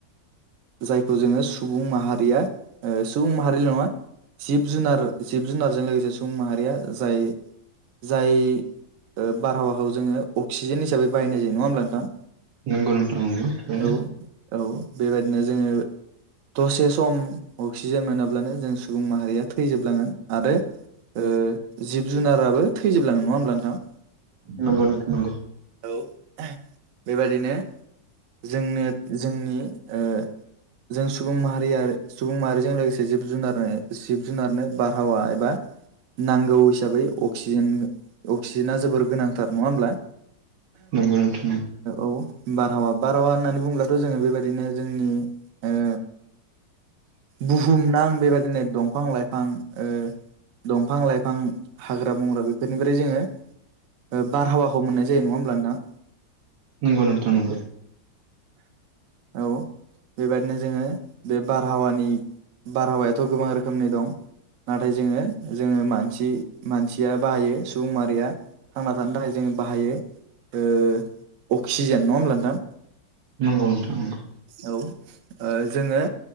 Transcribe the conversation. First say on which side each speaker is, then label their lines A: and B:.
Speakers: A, on the right (about 65°); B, on the right (about 85°).
A: जायखौ जोङो सुबुं माहारिया ओ सुबुं माहारिल' नङा जिब जुनार जिब जुनारजों लोगोसे सुबुं माहारिया जाय जाय ओ बारहावाखौ जोङो अक्सिजेन हिसाबै बायनाय जायो नङा होमब्ला नोंथां
B: नोंगौ नोंथां नंगौ ओरैनो
A: औ औ बेबायदिनो जोङो दसे सम अक्सिजेन मोनाब्लानो जों सुबुं माहारिया थैजोबलाङो आरो ओ जिब जुनाराबो थैजोब लाङो नङा होमब्ला नोंथां
B: नंगौ नोंथां नंगौ
A: औ बेबादिनो जोंनो जोंनि ओ जों सुबुं माहारि आरो सुबुं माहारिजों लोगोसे जिब जुनारनो जिब जुनारनो बारहावा एबा नांगौ हिसाबै अक्सिजेन अक्सिजेना जोबोर गोनांथार नङा ओमब्ला
B: नंगौ नोंथां औ
A: ओ औ बारहावा बारहावा होननानै बुङोब्लाथ' जोङो बेबायदिनो जोंनि ओ बुहुमनां बेबायदिनो दंफां-लाइफां ओ दंफां-लाइफां, हाग्रा-बंग्रा बेफोरनिफ्राय जोङो ओ बारहावाखौ मोननाय जायो नङा होमब्ला नोंथां?
B: नोंगौ नोंथां नोंगौ
A: औ बेबायदिनो जोङो बे बारहावानि बारहावायाथ' गोबां रोखोमनि दं नाथाय जोङो जोङो मानसि मानसिया बाहायो सुबुं माहारिया थांना थानो थाखाय जों बाहायो ओ सिजोन नङा होमब्ला नोंथां
B: नंगौ नोंथां नंगौ
A: औ ओ जोङो